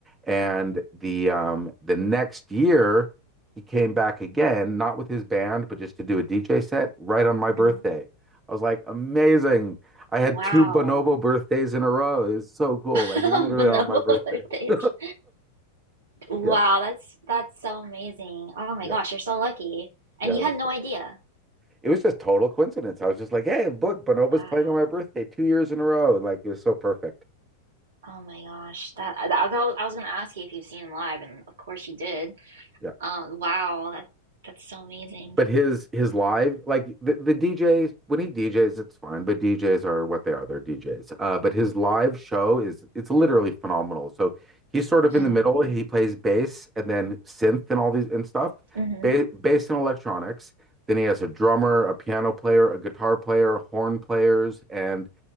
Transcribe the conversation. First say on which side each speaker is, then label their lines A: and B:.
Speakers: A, on the right; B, on the right.
A: and the um the next year he came back again not with his band but just to do a dj set right on my birthday
B: Mhm.
A: i was like amazing i had
B: Wow.
A: two bonobo birthdays in a row it was so cool
B: <laughs>
A: like literally
B: Bonobo
A: on my birthday
B: birthdays.
A: <laughs>
B: Wow,
A: yeah
B: that's that's so amazing. Oh my
A: yeah
B: gosh, you're so lucky. And
A: yeah
B: you
A: it
B: had
A: was
B: no
A: fun
B: idea.
A: it was just total coincidence i was just like hey look bonobo's
B: Wow.
A: playing on my birthday two years in a row like it was so perfect
B: Oh my gosh. That I, I thought- I was gonna ask you if you've seen him live, and of course you did.
A: yeah
B: Um, wow, that that's so amazing.
A: But his his live, like the, the DJs, when he DJs, it's fine, but DJs are what they are, they're DJs. Uh, but his live show is it's literally phenomenal. So he's sort of
B: hmm
A: in the middle. He plays bass and then synth and all these and stuff,
B: hmm
A: ba bass and electronics. Then he has a drummer, a piano player, a guitar player, horn players, and